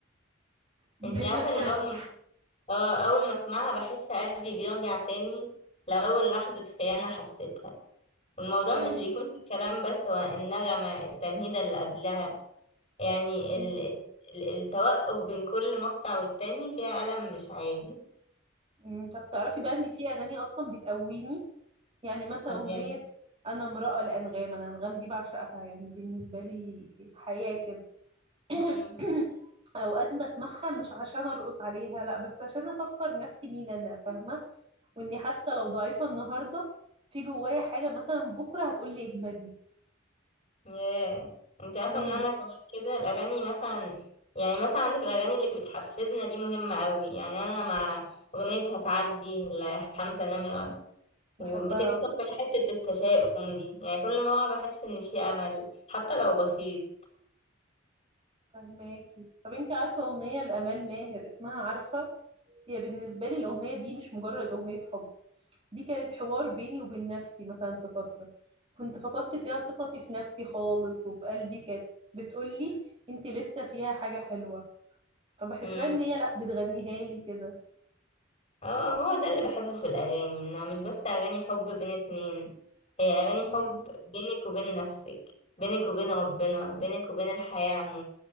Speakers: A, on the right (about 30°); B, on the left (about 30°).
A: دي
B: انت
A: جيلنا
B: عارفة
A: كله
B: ان أول ما اه أول ما اسمعها بحس قلبي بيرجع تاني لأول لحظة خيانة حسيتها والموضوع
A: لا
B: مش بيكون في الكلام بس هو النغمة التنهيدة اللي قبلها يعني
A: امم
B: ال... ال... التوقف بين كل مقطع والتاني فيها ألم مش عادي
A: أمم. طب تعرفي بقى إن في أغاني أصلا بتقويني يعني مثلا
B: يعني
A: أغنية أنا امرأة لأنغام أنا أنغام دي بعشقها يعني بالنسبة لي حياة كده <coughs>
B: مم.
A: <clears throat> اوقات بسمعها مش عشان ارقص عليها لا بس عشان افكر نفسي مين انا فاهمه واني حتى لو ضعيفه النهارده في جوايا حاجه مثلا بكره هتقول لي اجمدي
B: ياه انت عارفه
A: امم
B: ان انا كمان كده الاغاني مثلا يعني مثلا عندك الاغاني اللي بتحفزنا دي مهمه قوي يعني انا مع اغنيه هتعدي لحمزه نمره
A: بحبها
B: وبتكسر في حته التشاؤم دي يعني كل مره بحس ان في امل حتى لو بسيط
A: فهماكي طب انت عارفه اغنيه لامال ماهر اسمها عارفه هي بالنسبه لي الاغنيه دي مش مجرد اغنيه حب دي كانت حوار بيني وبين نفسي مثلا في فتره كنت فقدت فيها ثقتي في نفسي خالص وفي قلبي كانت بتقولي انت لسه فيها حاجه حلوه فبحسها
B: امم
A: ان هي لا بتغنيها لي كده
B: اه هو ده اللي بحبه في الاغاني انها مش بس اغاني حب بين اتنين هي اغاني
A: امم
B: حب بينك وبين نفسك بينك وبين ربنا بينك وبين الحياه